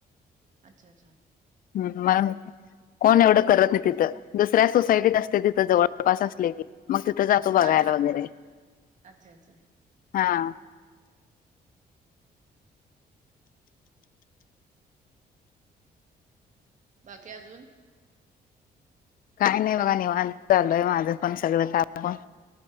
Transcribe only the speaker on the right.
अच्छा अच्छा!
हां, हां.
अच्छा, अच्छा.
बाकी अजून?